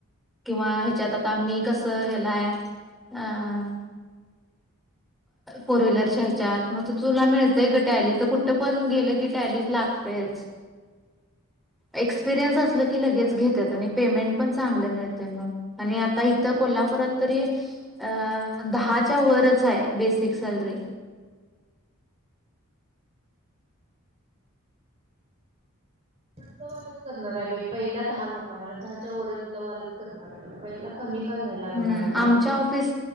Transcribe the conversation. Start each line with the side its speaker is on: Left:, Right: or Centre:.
Centre: किंवा ह्याच्यात आता मी कसं हेलाय अं फोर व्हीलरच्या हेच्यात मग तुला मिळतय ग टॅली कुठं पण गेलं की टॅली ला गतयचं. एक्सपिरेन्स आसंल की लगे च घेत्यात आणि पेमेंट पण चांगल मिळतय मग आणि आता इथं कोल्हापूरात तरी अं दहाच्या वरच हाय बेसिक सॅलरी.
Right: <unintelligible> करणार हाय बाई पहिला दहा नकोय मला दहाच्या वरच वालच करणाराय पहिला कमी का घ्यायला लागल
Centre: हम्
Right: आम्हाला
Centre: आमच्या ऑफिस,